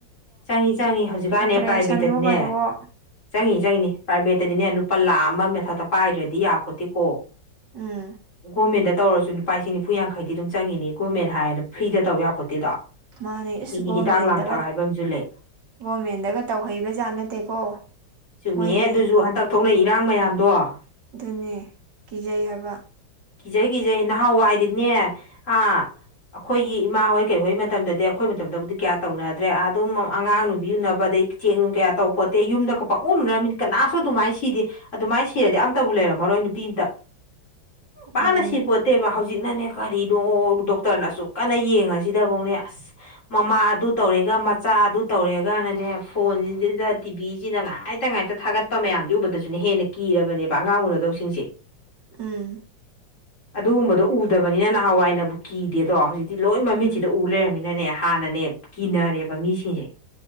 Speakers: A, on the left; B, on the right.
A: ꯆꯪꯉꯤ ꯆꯪꯉꯤ ꯍꯧꯖꯤꯛꯀꯥꯟꯅꯦ
B: ꯑꯣꯄꯔꯦꯁꯟꯋꯣ
A: ꯄ꯭ꯔꯥꯏꯚꯦꯠꯇꯗꯤꯅꯦ
B: ꯀꯩꯋꯣ
A: ꯆꯪꯉꯤꯅꯦ ꯆꯪꯉꯤꯅꯦ ꯄ꯭ꯔꯥꯏꯚꯦꯠꯇꯗꯤꯅꯦ ꯂꯨꯄꯥ ꯂꯥꯛ ꯑꯃ ꯃꯊꯛꯇ ꯄꯥꯏꯗ꯭ꯔꯗꯤ ꯌꯥ ꯄꯣꯠꯇꯦꯀꯣ
B: ꯎꯝ
A: ꯒꯣꯔꯃꯦꯟꯗ ꯇꯧꯔꯁꯨ ꯂꯨꯄꯥ ꯂꯤꯁꯤꯡ ꯅꯤꯐꯨ ꯌꯥꯡꯈꯩꯗꯤ ꯑꯗꯨꯝ ꯆꯪꯉꯤꯅꯤ ꯒꯣꯔꯃꯦꯟ ꯍꯥꯏꯅ ꯐ꯭ꯔꯤꯗ ꯇꯧ ꯌꯥꯄꯣꯠꯇꯦꯗꯣ
B: ꯃꯥꯅꯦ ꯏꯁ
A: ꯃꯤꯒꯤ
B: ꯒꯣꯕꯔꯃꯦꯟꯗꯒ
A: ꯍꯤꯗꯥꯛ ꯂꯥꯡꯊꯛ ꯍꯥꯏꯕ ꯑꯃꯁꯨ ꯂꯩ
B: ꯒꯣꯕꯔꯃꯦꯟꯗꯒ ꯇꯧꯍꯩꯕꯖꯥꯠ ꯅꯠꯇꯦꯀꯣ
A: ꯆꯨꯝꯃꯤꯍꯦ
B: ꯃꯣꯏꯗꯤ
A: ꯑꯗꯨꯁꯨ ꯍꯟꯗꯛ ꯊꯣꯛꯅꯩ ꯏꯔꯥꯡ ꯃꯌꯥꯝꯗꯣ
B: ꯑꯗꯨꯅꯦ ꯀꯤꯖꯩ ꯍꯥꯏꯕ
A: ꯀꯤꯖꯩ ꯀꯤꯖꯩ ꯅꯍꯥꯟꯋꯥꯏꯗꯤꯅꯦ ꯑꯥ ꯑꯩꯈꯣꯏꯒꯤ ꯏꯃꯥꯍꯣꯏ ꯀꯩꯍꯣꯏ ꯃꯇꯝꯗꯗꯤ ꯑꯩꯈꯣꯏ ꯃꯇꯝꯗꯕꯨꯗꯤ ꯀꯌꯥ ꯇꯧꯅꯗ꯭ꯔꯦ ꯑꯗꯨꯝ ꯑꯉꯥꯡ ꯅꯨꯕꯤ ꯎꯅꯕ ꯑꯗꯩ ꯆꯦꯛ ꯅꯨꯡ ꯀꯌꯥ ꯇꯧꯄꯣꯠꯇꯦ ꯌꯨꯝꯗꯒ ꯄꯡꯎ ꯎꯅꯔꯃꯤꯅꯤ ꯀꯅꯥꯁꯨ ꯑꯗꯨꯃꯥꯏꯅ ꯁꯤꯗꯦ ꯑꯗꯨꯃꯥꯏꯅ ꯁꯤꯔꯗꯤ ꯑꯝꯇꯕꯨ ꯂꯩꯔꯝꯃꯔꯣꯏ ꯅꯨꯄꯤ ꯑꯃꯝꯇ ꯀꯅꯥꯝ
B: ꯎꯝ
A: ꯁꯤ ꯄꯣꯠꯇꯦꯕ ꯍꯧꯖꯤꯛꯅꯅꯦ ꯀꯔꯤꯅꯣ ꯗꯣꯛꯇꯔꯅ ꯑꯁꯨꯛ ꯀꯟꯅ ꯌꯦꯡꯉꯁꯤꯗꯐꯧꯅꯦ ꯑꯁ ꯃꯃꯥ ꯑꯗꯨ ꯇꯧꯔꯦꯒ ꯃꯆꯥ ꯑꯥ ꯑꯗꯨ ꯇꯧꯔꯦꯒꯅꯅꯦ ꯐꯣꯟꯁꯤꯗ ꯇꯤꯚꯤꯁꯤꯗ ꯉꯥꯏꯇ ꯉꯥꯏꯇ ꯊꯥꯒꯠꯄ ꯃꯌꯥꯝꯁꯦ ꯎꯕꯗꯁꯨꯅ ꯍꯦꯟ ꯑꯩꯅ ꯀꯤꯔꯕꯅꯦꯕ ꯑꯉꯥꯡ ꯑꯨꯅꯗꯧꯁꯤꯡꯁꯦ
B: ꯎꯝ
A: ꯑꯗꯨꯒꯨꯝꯕꯗꯣ ꯎꯗꯕꯅꯤꯅ ꯅꯍꯥꯟꯋꯥꯏꯅꯕꯨ ꯀꯤꯗꯦꯗꯣ ꯍꯧꯖꯤꯛꯇꯤ ꯂꯣꯏ ꯃꯃꯤꯠꯁꯤꯗ
B: ꯎꯝ
A: ꯎ ꯂꯩꯔꯝꯃꯤ ꯅꯅꯦ ꯍꯥꯟꯅꯅꯦ ꯀꯤꯅꯔꯦꯕ ꯃꯤꯁꯤꯡꯁꯦ